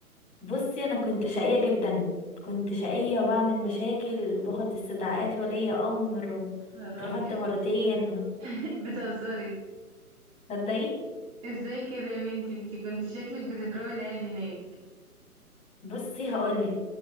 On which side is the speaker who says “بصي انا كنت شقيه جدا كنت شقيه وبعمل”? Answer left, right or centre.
Left